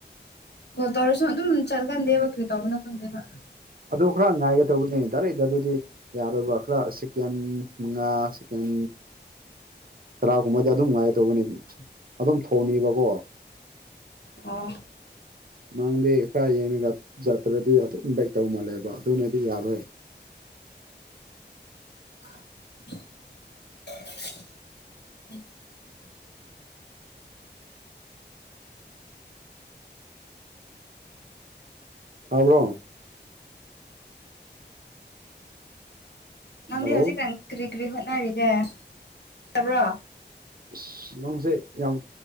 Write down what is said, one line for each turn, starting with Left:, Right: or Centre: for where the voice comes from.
Left: ꯀꯣꯜ ꯇꯧꯔꯁꯨ ꯑꯗꯨꯝ ꯆꯠꯒꯟꯗꯦꯕ ꯀꯩ ꯇꯧꯕꯅ ꯈꯪꯗꯦꯕ
Right: ꯑꯗꯨ ꯈꯔ ꯉꯥꯏꯒꯦ ꯇꯧꯕꯅꯤ ꯗꯥꯔꯩꯗ ꯑꯗꯨꯗꯤ ꯌꯥꯔꯣꯏꯕ ꯈꯔ ꯆꯤꯀꯦꯟ ꯃꯉꯥ ꯆꯤꯀꯦꯟ ꯇꯔꯥꯒꯨꯝꯕꯗꯤ ꯑꯗꯨꯝ ꯉꯥꯏ ꯇꯧꯕꯅꯤ ꯑꯗꯨꯝ ꯊꯣꯡꯅꯤꯕꯀꯣ
Left: ꯑꯥ
Right: ꯅꯪꯗꯤ ꯈꯔ ꯌꯦꯡꯉꯒ ꯆꯠꯇ꯭ꯔꯗꯤ ꯑꯗꯨ ꯏꯟꯚꯥꯏꯠ ꯇꯧ ꯃꯥꯜꯂꯦꯕ ꯑꯗꯨꯅꯗꯤ ꯌꯥꯔꯣꯏ
Left: ꯎꯝ
Right: ꯊꯥꯕ꯭ꯔꯣ
Left: ꯅꯪꯗꯤ
Right: ꯍꯜꯂꯣ
Left: ꯍꯧꯖꯤꯛꯀꯥꯟ ꯀꯔꯤ ꯀꯔꯤ ꯍꯣꯠꯅꯔꯤꯒꯦꯕ꯭ꯔꯣ
Right: ꯑꯁ ꯅꯪꯁꯦ ꯌꯥꯝ